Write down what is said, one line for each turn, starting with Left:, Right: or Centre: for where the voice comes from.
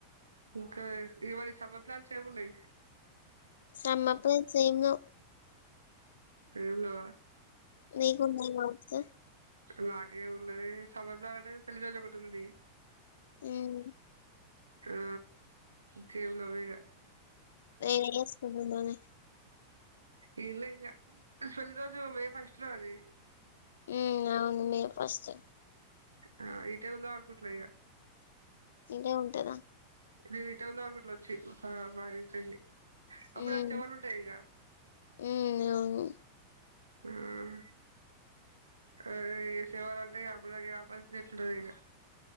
Right: ఇంకా ఇవ్వాల సమ్మర్ ప్లాన్స్ ఏం ఉన్నాయి
Left: సమ్మప్పు సేమ్ ఎమ్కావు
Right: ఏమి లేవా
Left: నీకున్నాయి కావచ్చు
Right: నకేమ్ ఉనాధి సమర్ ప్లాన్ ఆంటే పెల్లి రోజు ఒకాటి ఉంధి చకతుంది
Left: ఎమి
Right: ఆ జవలవగా
Left: వెడ్డీ చెస్కుంటునానె
Right: ఎమ్ లే ఇగా పెళ్లి రోజు మే ఫస్ట్ లో అది
Left: ఉ అవును మే ఫస్ట్
Right: ఆ ఈతే వెళ ఆర్కూట్లో ఇగా
Left: ఇంకే ఉంటార
Right: మీ ఇట ఉందకుట్లో వచ్చికి <unintelligible> అప్పుడు
Left: హ్మ్
Right: అ చవాలు ఉంటాయి ఇక
Left: హ్మ్ అవును
Right: ఉమ్ ఆ తేవాలంటే అప్పుడు నా పరిస్థితి ఎట్లా ఉంటాది ఇక